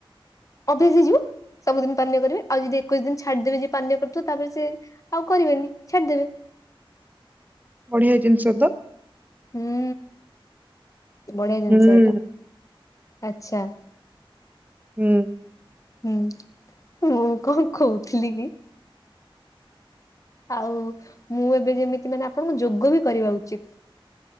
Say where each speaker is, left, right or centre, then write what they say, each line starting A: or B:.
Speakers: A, on the left (about 35°); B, on the right (about 20°).
A: ଶେସେ ହେଇଯିବ। ସବୁଦିନ ପାନୀୟ କରିବେ ଆଉ ଯଦି ଏକୋଇଶି ଦିନ ଛାଡିଦେବେ ଯେ ପାନୀୟ କରୁଥିବ ତାପରେ ସେ ଆଉ କରିବେନି ଛାଡିଦେବେ । <inaudible>
B: ୟେ ଜିନିଷ ତ?
A: ହୁଁ ବଢିଆ ଜିନିଷ
B: ହୁଁ
A: ଏଇଟା ଆଛା ।
B: ହୁଁ।
A: ହୁଁ ମୁଁ କଣ କହୁଥିଲି କି? ଆଉ ମୁଁ ଏବେ ଯେମିତି ମାନେ ଆପଣଙ୍କୁ ଯୋଗ ବି କରିବା ଉଚିତ ।